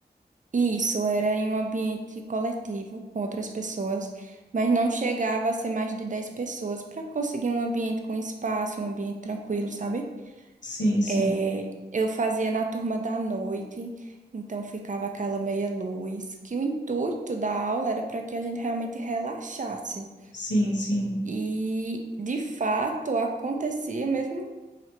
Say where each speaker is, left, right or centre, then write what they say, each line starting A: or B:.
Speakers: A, on the right; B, on the left.
A: E isso era em um ambiente coletivo com outras pessoas, mas não chegava a ser mais de 10 pessoas para conseguir um ambiente com espaço, um ambiente tranquilo, sabe?
B: Sim, sim,
A: É, eu fazia na turma da noite, então ficava aquela meia luz, que o intuito da aula era para que a gente realmente relaxasse.
B: sim, sim,
A: E de fato acontecia mesmo